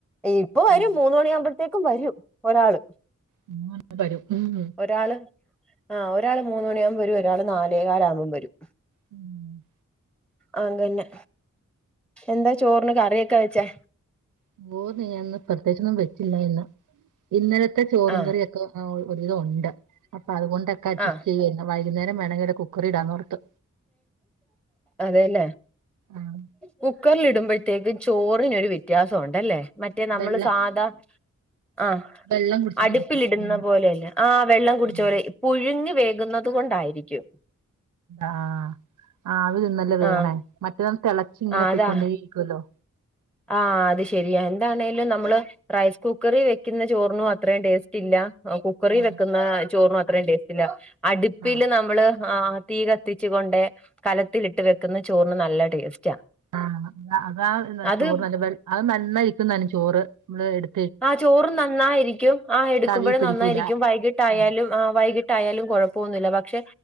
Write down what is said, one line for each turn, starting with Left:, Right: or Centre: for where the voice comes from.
Centre: ഇപ്പൊ വരും
Right: ഉം
Centre: മൂന്നു മണിയാവുമ്പഴത്തേക്കും വരും ഒരാള്.
Right: മൂന്നുമണി ആവുമ്പേ വരും. ഉം
Centre: ഒരാള് ആ ഒരാള് മൂന്നുമണിയാകുമ്പ വരും ഒരാള് നാലേകാൽ ആകുമ്പോഴ് വരും.
Right: ഉം
Centre: അങ്ങന്നെ എന്താ ചോറിന് കറിയൊക്കെ വെച്ചേ?
Right: <unintelligible> പ്രത്യേകിച്ചൊന്നും വെച്ചില്ല ഇന്ന്. ഇന്നലത്തെ ചോറും
Centre: ആ
Right: കറിയൊക്കെ ഒരുവിധം ഉണ്ട്. അപ്പൊ അതുകൊണ്ടൊക്കെ അഡ്ജസ്റ്റ്
Centre: ആ
Right: ചെയ്യാനി വൈകുന്നേരം വേണങ്ങി ര് കുക്കറിടാന്നോർത്ത്
Centre: അതെല്ലേ
Right: ആഹ്
Centre: കുക്കറിലിടുമ്പോഴത്തേക്കും ചോറിനൊരു വ്യത്യാസംണ്ടല്ലേ മറ്റേ നമ്മള്
Right: വെള്ളം
Centre: സാധാ ആഹ്
Right: വെള്ളം കുടിച്ചോണ്ടിരിക്കും
Centre: അടുപ്പിലിടുന്ന
Right: വെള്ളം
Centre: പോലെയല്ല ആ വെള്ളം കുടിച്ച
Right: ഉം
Centre: പോലെ പുഴുങ്ങി വേകുന്നത് കൊണ്ടായിരിക്കും
Right: ആഹ് ആവി വന്നല്ല വേഗണേ
Centre: ആ
Right: മറ്റന്നാ തിളച്ചി ഇങ്ങനെ
Centre: ആ
Right: പോയിക്കൊണ്ടയ്
Centre: അതാ
Right: ത്തുവല്ലോ
Centre: ആ അത് ശരിയാ എന്താണേലും നമ്മള് റൈസ് കുക്കറി വെക്കുന്ന ചോറിനും അത്രയും ടെയ്സ്റ്റില്ല കുക്കറി
Right: ആഹ്
Centre: വെക്കുന്ന ചോറിനും അത്രയും ടേസ്റ്റ്ല്ല അടുപ്പില്
Right: ആഹ്
Centre: നമ്മള് ആഹ് തീ കത്തിച്ചുകൊണ്ട് കലത്തിലിട്ട് വെക്കുന്ന ചോറിന് നല്ല ടേസ്റ്റാ
Right: ആഹ് ആഹ് അതാ
Centre: അത്
Right: ചോറ് നല്ല അത് നന്നയിരിക്കു ചോറ് നമ്മള് എടു
Centre: ആഹ് ചോറും നന്നായിരിക്കും ആഹ് എടുക്കുമ്പോഴും
Right: തവി പിടിക്കൂല
Centre: നന്നായിരിക്കും വൈകിട്ടായാലും
Right: ഉം
Centre: ആഹ് വൈകിട്ടായാലും കുഴപ്പൊന്നില്ല പക്ഷെ